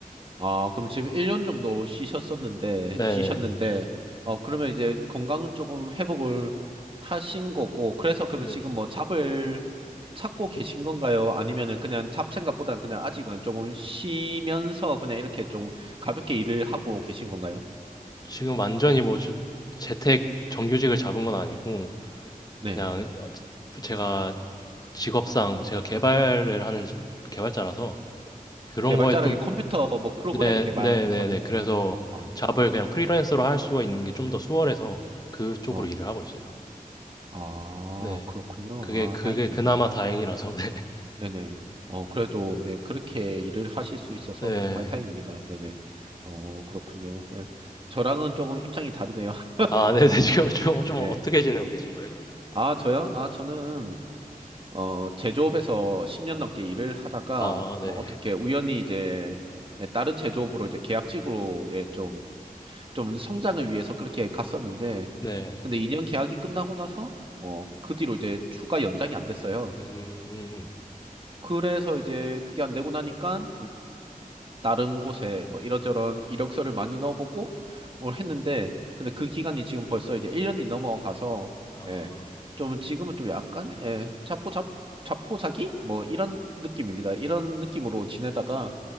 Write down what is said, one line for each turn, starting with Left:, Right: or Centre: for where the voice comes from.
Right: 아, 그럼 지금 1년 정도 쉬셨었는데,
Left: 네네.
Right: 쉬셨는데, 어, 그러면 이제 건강은 조금 회복을 하신 거고, 그래서 그러면
Left: 네.
Right: 지금 뭐 잡을 찾고 계신 건가요? 아니면은 그냥 잡생각보다는 그냥 아직은 조금 쉬면서 그냥 이렇게 조금 가볍게 일을 하고 계신 건가요?
Left: 지금 완전히 뭐 저- 재택 정규직을 잡은 건 아니고
Right: 네.
Left: 그냥 제가 직업상 뭐 제가 개발을 하는 지- 개발자라서 그런
Right: 개발자라는
Left: 거에 좀
Right: 게 컴퓨터 뭐 프로그램
Left: 네,
Right: 개발
Left: 네,
Right: 말씀하신
Left: 네, 네. 그래서
Right: 건가요? 아,
Left: 잡을
Right: 음.
Left: 그냥 프리랜서로 할 수가 있는 게 좀 더 수월해서 그쪽으로
Right: 어,
Left: 일을 하고 있어요.
Right: 아,
Left: 네.
Right: 그렇군요.
Left: 그게
Right: 아,
Left: 그게
Right: 다행입니다.
Left: 그나마 다행이라서 <laughs> 네.
Right: 네네. 어, 그래도, 예, 그렇게 일을 하실 수 있어서
Left: 네.
Right: 정말 다행입니다. 네네. 어, 그렇군요. 예. 저랑은 조금 입장이 다르네요. <laughs>
Left: 아 네네. <laughs> 지금 좀 좀
Right: 네.
Left: 어떻게 지내고 계신 거예요 그러면?
Right: 아, 저요? 아,
Left: 네.
Right: 저는, 어, 제조업에서 10년 넘게 일을 하다가,
Left: 아 네.
Right: 뭐, 어떻게 우연히 이제, 예, 다른 제조업으로 이제 계약직으로, 예, 좀, 좀 성장을 위해서 그렇게 갔었는데,
Left: 네.
Right: 근데 2년 계약이 끝나고 나서, 어, 그 뒤로 이제 추가 연장이 안 됐어요.
Left: 음.
Right: 그래서 이제 그게 안 되고 나니까, 다른 곳에 뭐 이런저런 이력서를 많이 넣어보고 뭘 했는데 근데 그 기간이 지금 벌써 이제 1년이 넘어가서
Left: 아.
Right: 예. 좀 지금은 좀 약간 예. 자포자 자포자기 뭐 이런 느낌입니다. 이런 느낌으로 지내다가